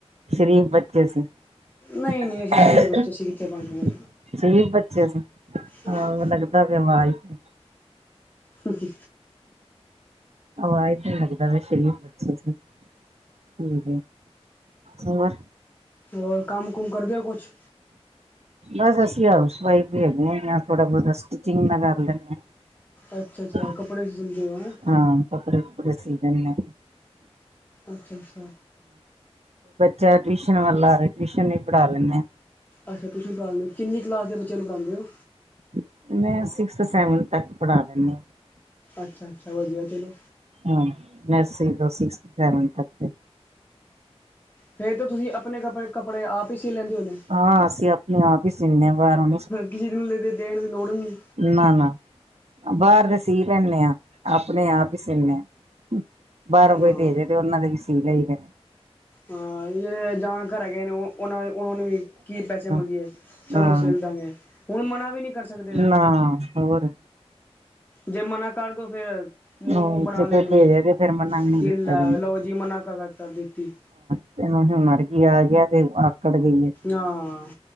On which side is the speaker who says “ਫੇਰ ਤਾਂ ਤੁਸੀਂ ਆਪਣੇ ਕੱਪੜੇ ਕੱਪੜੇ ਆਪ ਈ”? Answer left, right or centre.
Left